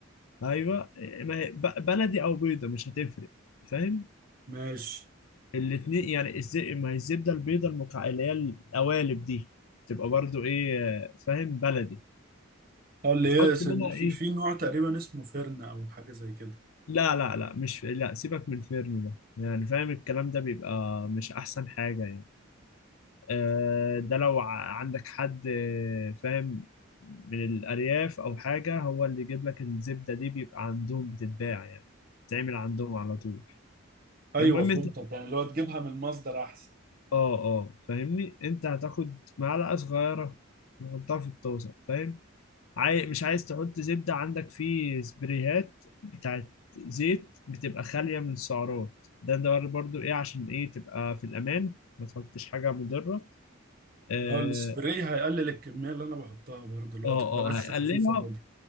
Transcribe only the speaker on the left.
ايوه ما هي ب- بلدي او بيضة مش هتفرق فاهم
الاتنين يعني الزي... ما هي الزبده البيضه المكع... اللي هي القوالب دي تبقى برضو ايه آه، فاهم بلدي
هتحط
منها
ايه
لا لا لا مش لا سيبك من الفرن ده يعني فاهم الكلام ده بيبقى مش احسن حاجه يعني آه، ده لو ع- عندك حد آه، فاهم من الارياف او حاجه هو اللي يجيب لك الزبده دي بيبقى عندهم بتتباع يعني بتتعمل عندهم على طول
المهم
انت
اه اه فاهمني انت هتاخد معلقه صغيره تحطها في الطاسه فاهم عاي... مش عايز تحط زبده عندك في سبريهات بتاعت زيت بتبقى خاليه من السعرات ده ده برضو ايه عشان ايه تبقى في الامان ما تحطش حاجه مضره اه
اه
آه،
هيقللها